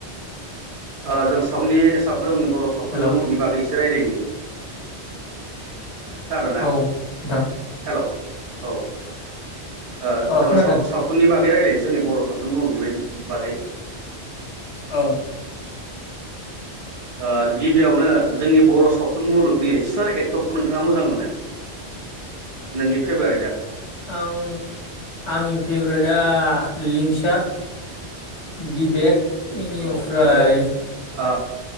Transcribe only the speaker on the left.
हेलौ
औ नोंथां
अ
खोनादों
औ
आं आंनि फेभरेटआ लिंसार बिबेक इनिफ्राय